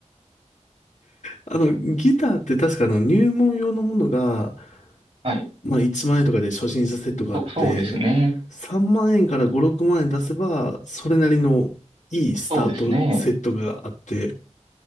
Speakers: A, on the left; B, on the right.
A: あの、ギターって確かあの入門用のものが、
B: はい。
A: まあ1万円とかで初心者セットがあって、
B: そう、そうですね。
A: 3万円から5、6万円出せば、それなりのいいスタートセットがあって、
B: そうですね。